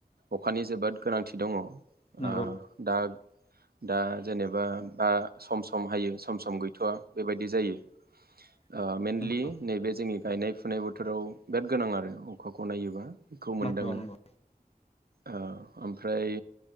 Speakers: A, on the right; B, on the left.
A: अखानि जोबोद गोनांथि दंङ ओ
B: नंगौ
A: दा दा जेनेबा बा सम सम हायो सम सम गैथवा बेबायदि जायो
B: <unintelligible>
A: ओ मइेनलि
B: नंगौ
A: नैबे जोंनि गायनाय फुनाय बोथोराव बिराद गोनां आरो अखाखौ नायोबा बेखौ मोनदांङो
B: नंगौ नंगौ
A: ओ ओमफ्राय